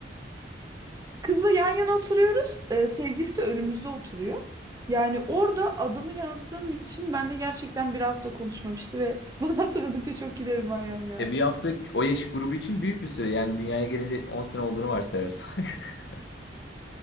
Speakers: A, on the right (about 20°); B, on the left (about 65°).
A: Kızla yan yana oturuyoruz. Ee, sevgilisi de önümüzde oturuyor. Yani orada adımı yazdığım için ben de gerçekten bir hafta konuşmamıştı ve <laughs> bunu hatırladıkça çok gülerim Ayhan ya.
B: E bir hafta o yaş grubu için büyük bir süre. Yani dünyaya geleli 10 sene olduğunu varsayarsak. <laughs>